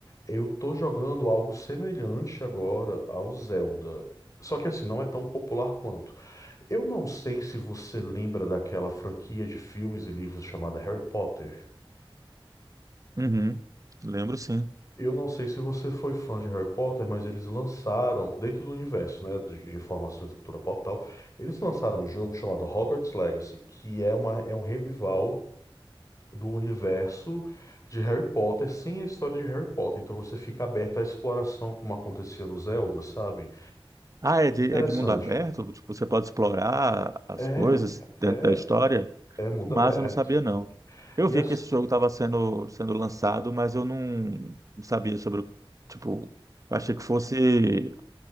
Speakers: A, on the left; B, on the right.
A: Eu tô jogando algo semelhante agora ao Zelda. Só que assim, não é tão popular quanto. Eu não sei se você lembra daquela franquia de filmes e livros chamada Harry Potter.
B: uhum, lembro sim.
A: Eu não sei se você foi fã de Harry Potter, mas eles lançaram, dentro do universo, né, de de informações de cultura pop e tal, eles lançaram um jogo chamado Hogwarts Legacy, que é uma, é um revival do universo de Harry Potter sem a história de Harry Potter. Então você fica aberto à exploração, como acontecia no Zelda, sabe?
B: Ah, é de,
A: Interessante.
B: é de mundo aberto? Tipo, você pode explorar as
A: É,
B: coisas dentro
A: é,
B: da história?
A: é mundo
B: Que massa,
A: aberto.
B: eu não sabia não. Eu
A: E
B: vi
A: assim.
B: que esse jogo estava sendo, sendo lançado, mas eu não, não sabia sobre, o- tipo, eu achei que fosse.